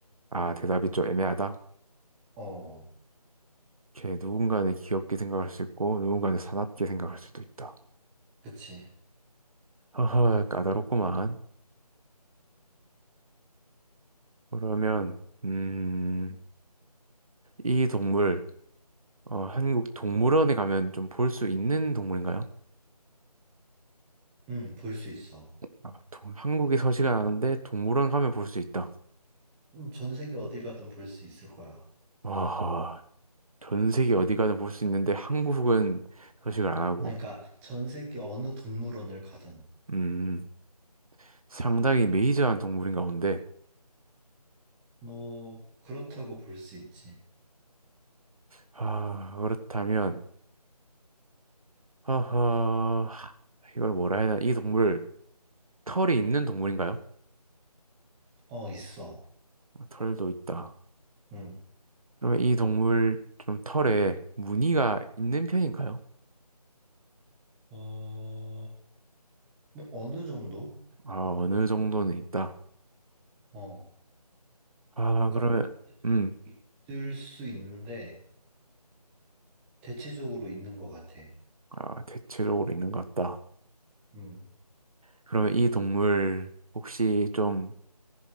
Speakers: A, on the right; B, in the centre.
A: 아, 대답이 좀 애매하다.
B: 어,
A: 이렇게 누군가는 귀엽게 생각할 수 있고 누군가는 사납게 생각할 수도 있다.
B: 그치.
A: 허허, 까다롭구만. 그러면 음, 이 동물 어, 한국 동물원에 가면 좀 볼 수 있는 동물인가요?
B: 응, 볼 수 있어.
A: 아, 동- 한국에 서식은 않는데 동물원 가면 볼 수 있다.
B: 음, 전 세계 어딜 가든 볼 수 있을 거야.
A: 와, 전 세계 어디 가든 볼 수 있는데 한국은 서식을 안 하고,
B: 아, 그러니까 전 세계 어느 동물원을 가든,
A: 음, 상당히 메이저한 동물인가 본데,
B: 뭐, 그렇다고 볼 수 있지.
A: 아, 그렇다면, 하하, 이걸 뭐라 해야 되나, 이 동물, 털이 있는 동물인가요?
B: 어, 있어.
A: 털도 있다.
B: 응.
A: 그러면 이 동물 좀 털에 무늬가 있는 편인가요?
B: 어, 뭐, 어느 정도?
A: 아, 어느 정도는 있다.
B: 어.
A: 아,
B: 그러니까
A: 그러면,
B: 어느 정도
A: 음,
B: 있을 수 있는데, 대체적으로 있는 것 같아.
A: 아, 대체적으로 있는 것 같다.
B: 음.
A: 그러면 이 동물 혹시 좀,